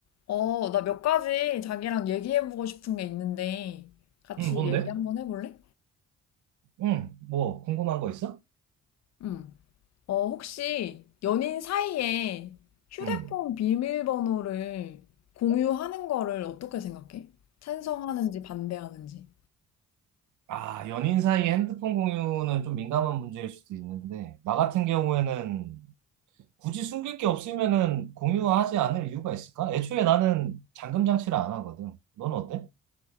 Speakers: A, on the left; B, on the right.
A: 어, 나 몇 가지 자기랑 얘기해보고 싶은 게 있는데, 같이
B: 응, 뭔데?
A: 얘기 한번 해볼래?
B: 응, 뭐, 궁금한 거 있어?
A: 응. 어, 혹시 연인 사이에 휴대폰
B: 응.
A: 비밀번호를 공유하는 거를 어떻게 생각해? 찬성하는지 반대하는지.
B: 아, 연인 사이에 핸드폰 공유는 좀 민감한 문제일 수도 있는데, 나 같은 경우에는 굳이 숨길 게 없으면은 공유하지 않을 이유가 있을까? 애초에 나는 잠금 장치를 안 하거든. 넌 어때?